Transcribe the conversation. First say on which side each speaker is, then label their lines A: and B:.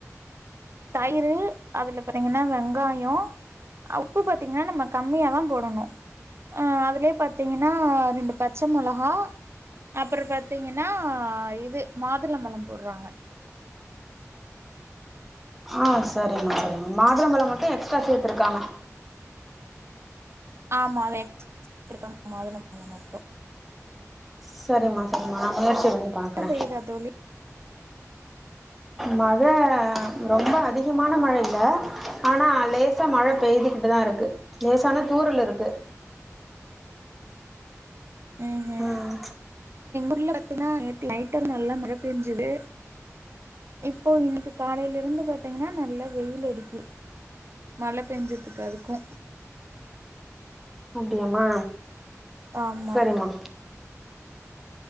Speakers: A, on the right; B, in the centre.
A: தயிரு அதுல பாத்தீங்கன்னா வெங்காயோ அ உப்பு பாத்தீங்கன்னா நம்ம கம்மியாதா போடணு அஹ் அதுலயே பாத்தீங்கன்னா ரெண்டு பச்ச மொளஹா அப்பற பாத்தீங்கன்னா இது மாதுளம்பழோ போடுறாங்க
B: ஆஹ் சரிம்மா சரிம்மா மாதுளம்பழம் மட்டு எக்ஸ்ட்ரா சேத்திருக்காங்க
A: ஆமா <inaudible> மாதுளம்பழொ மட்டு
B: சரிம்மா சரி நா முயற்சி பண்ணி பாக்குற
A: மழ பெய்யுதா தோழி
B: மழ ரொம்ப அதிஹமான மழ இல்ல ஆன லேசா மழ பெய்துக்கிட்டு தா இருக்கு லேசானா தூரல் இருக்கு
A: ம் ம்
B: உம்
A: <inaudible> பாத்தீங்கன்னா நேத்து நைட்டா நல்லா மழ பெஞ்சுது இப்போ இன்னைக்கு காலைலிருந்து பாத்தீங்கன்னா நல்லா வெயில் அடிக்கு மழ பெஞ்சதுக்கு அதுக்கு
B: அப்டியாமா
A: ஆமா
B: சரிம்மா